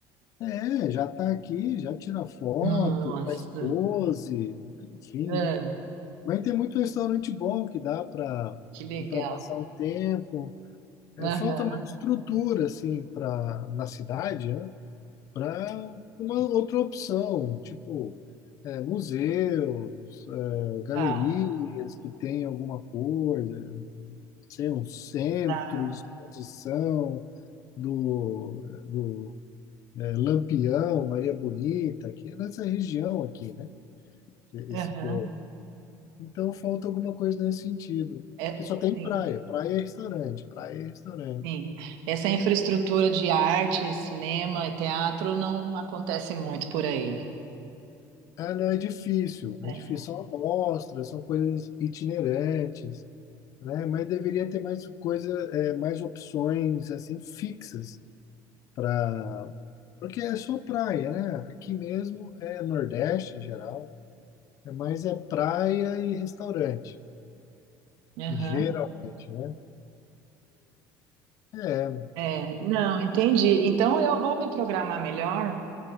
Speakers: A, on the left; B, on the right.
A: É, já tá aqui, já tira foto,
B: Nossa,
A: faz pose, enfim,
B: ah,
A: né? Mas tem muito restaurante bom que dá para
B: que legal.
A: para passar um tempo.
B: Aham,
A: É, falta mais estrutura, assim, pra, na cidade, né? para uma outra opção, tipo é, museus, é, galerias
B: Ah, ah,
A: que tem alguma coisa, sei, um centro
B: tá.
A: de exposição do, do é, Lampião, Maria Bonita, que é nessa região aqui, né? e-
B: aham.
A: Esse povo. Então falta alguma coisa nesse sentido.
B: É,
A: Que só tem praia,
B: sim.
A: praia e restaurante, praia e restaurante.
B: Sim. Essa infraestrutura de arte, cinema e teatro não acontece muito por aí.
A: Ah, não, é difícil,
B: É.
A: é difícil. São amostras, são coisas itinerantes. né? Mas deveria ter mais coisa, é, mais opções assim fixas para, porque é só praia, né? Aqui mesmo é Nordeste em geral, é mais é praia e restaurante,
B: Aham.
A: geralmente, né? É,
B: É, não, entendi. Então eu vou me programar melhor